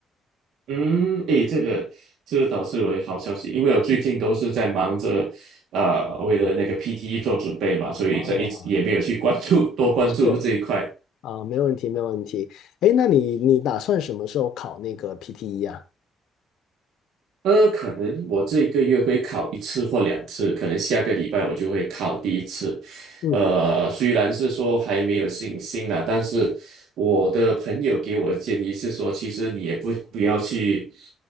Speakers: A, on the right; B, on the left.
A: 嗯，诶，这个这个倒是有好消息，因为我最近都是在忙着，
B: 嗯，
A: 呃，为了那个 PTE 做准备嘛，所以这一直也没有去关注多关注这一块。
B: 哦，是啊，没问题，没问题。哎，那你你打算什么时候考那个 PTE 啊？
A: 呃，可能我这个月会考一次或两次，可能下个礼拜我就会考第一次。
B: 嗯
A: 呃，虽然是说还没有信心了，但是我的朋友给我的建议是说，其实你也不不要去，